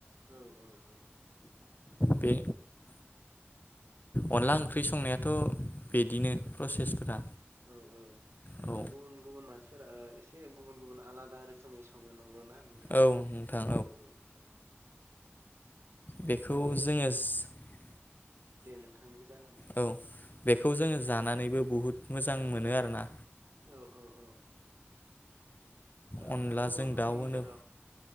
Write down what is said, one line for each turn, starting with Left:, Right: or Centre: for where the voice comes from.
Right: औ औ औ।
Left: बे अनला ओंख्रि संनायाथ बिदिनो प्रसेसफोरा।
Right: औ औ।
Left: औ
Right: ओ गुबुन गुबुन मानसिफोरा ओ एसे एसे गुबुन गुबुन आलादा रोखोमै सङो नंगौ ना? नोंथां
Left: औ नोंथां
Right: औ औ।
Left: बेखौ
Right: ओ
Left: जोङोस <inaudible>
Right: दे नोंथांनिखो जागायनाय।
Left: औ बेखौ जोङो जानानैबो बुहुद मोजां मोनो आरोना।
Right: औ औ औ। ओ
Left: अनलाजों
Right: आरो बर'फोरनि
Left: दाउ होनो
Right: गेजेराव